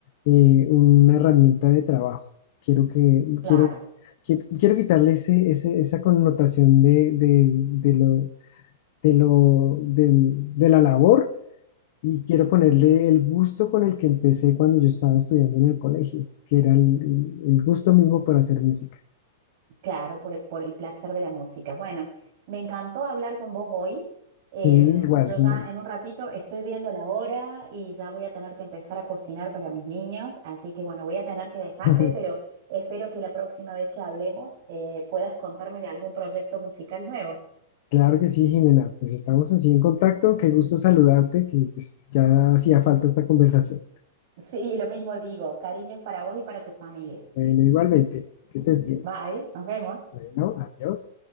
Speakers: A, on the left (about 55°); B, on the right (about 55°).
A: eh, una herramienta de trabajo. Quiero que,
B: Claro.
A: quiero, quiero, quiero quitarle ese, ese- esa connotación de, de, de lo, de lo, del- de la labor Y quiero ponerle el gusto con el que empecé cuando yo estaba estudiando en el colegio, que era el, el- el gusto mismo por hacer música.
B: Claro, por, el por el placer de la música. Bueno, me encantó hablar con vos hoy. Em,
A: Sí, igual,
B: yo
A: Jimena.
B: ya en un ratito estoy viendo la hora y ya voy a tener que empezar a cocinar para mis niños, así que bueno, voy a tener que dejarte,
A: <laughs>
B: pero espero que la próxima vez que hablemos eh, puedas contarme de algún proyecto musical nuevo. <laughs>
A: Claro que sí, Jimena. Pues estamos así en contacto. Qué gusto saludarte, que pues ya hacía falta esta conversación.
B: Sí, lo mismo digo. Cariños para vos y para tu familia.
A: Bueno, igualmente, que estés bien.
B: Bye, nos vemos.
A: Bueno, adiós.